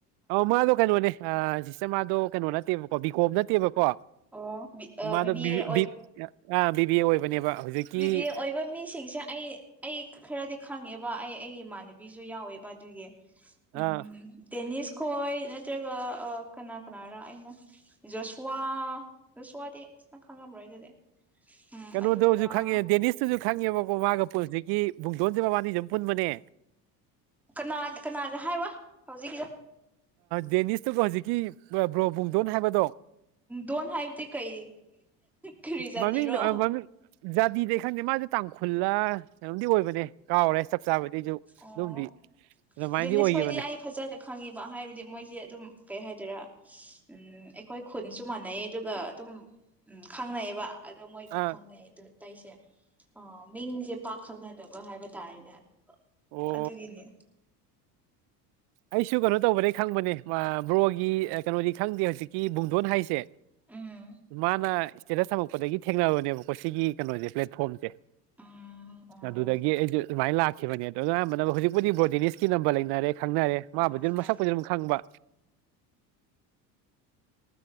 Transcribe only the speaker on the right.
ꯑꯣ ꯃꯥꯗꯨ ꯀꯩꯅꯣꯅꯦ ꯑ ꯁꯤꯁꯦ ꯃꯥꯗꯨ ꯀꯩꯅꯣꯅ ꯦꯕꯀꯣ ꯕꯤꯀꯣꯝ ꯅꯠꯇꯦꯕꯀꯣ
ꯃꯥꯗꯣ
ꯕꯤ
ꯕꯤ ꯑꯣꯏꯕꯅꯦꯕ ꯍꯧꯖꯤꯛꯀꯤ
ꯑ
ꯀꯩꯅꯣꯗꯧꯁꯤ
ꯗꯦꯅꯤꯁꯁꯨ ꯈ ꯆꯪꯉꯦꯕꯀꯣ ꯃꯥꯒ ꯄꯨꯟꯁꯤꯛꯀꯤ ꯨꯡꯗꯣꯟꯁꯦ ꯃꯕꯥꯅꯤꯁꯨ ꯑꯗꯨꯝ ꯄꯨꯟꯕꯅꯦ
ꯗꯦꯅꯤꯁꯇꯨꯒ ꯍꯧꯖꯤꯛꯀꯤ ꯕ꯭ꯔꯣꯕꯨꯡꯗꯣꯟ ꯍꯥꯏꯕꯗꯣ
ꯃꯃꯤ ꯃꯃꯤ ꯗꯤꯗ ꯈꯪꯗꯦ ꯃꯥꯁꯦ ꯇꯥꯡꯈꯨꯜꯂꯩꯅꯣꯝꯗꯤ ꯑꯣꯏꯕꯅꯦ ꯀꯥꯎꯔꯦ ꯆꯞ ꯆꯥꯕꯗꯤ ꯑꯩꯁꯨ
ꯑꯗꯨꯝꯗꯤ ꯑꯗꯨꯃꯥꯏꯅꯗꯤ
ꯑꯣꯏꯈꯤꯕꯅꯦ
ꯑꯥ
ꯑꯣ
ꯑꯩꯁꯨ ꯀꯩꯅꯣ ꯇꯧꯕꯗꯒꯤꯩ ꯈꯪꯕꯅꯦ ꯕ꯭ꯔꯣꯒꯤ ꯀꯩꯅꯣꯗꯤ ꯈꯪꯗꯦ ꯍꯧꯖꯤꯛꯀꯤ ꯕꯨꯡꯗꯣꯟ ꯍꯥꯏꯁꯦ
ꯃꯥꯅ ꯏꯁꯇꯦꯇꯁ ꯊꯝꯃꯛꯄꯗꯒꯤ ꯊꯦꯡꯅꯕꯅꯦꯕꯀꯣ ꯁꯤꯒꯤ ꯀꯩꯅꯣꯁꯦ ꯄ꯭ꯂꯦꯠꯐꯣꯝꯁꯦ
ꯑꯗꯨꯗꯒꯤ ꯑꯩꯥꯏ ꯂꯥꯛ ꯈꯤꯕꯅꯦ ꯑꯗꯣ ꯑꯌꯥꯝꯥꯟꯕꯅ ꯍꯧꯖꯤꯛꯄꯨ ꯕꯣꯔꯣꯗꯤꯅꯤꯁꯀꯤ ꯅꯝꯕ ꯂꯩꯅꯔꯦ ꯈꯪꯅꯔꯦ ꯃꯥꯕꯨꯗꯤ
ꯑꯗꯨꯝ
ꯃꯁꯛꯄꯨꯗꯤ ꯑꯗꯨꯝ ꯈꯪꯕ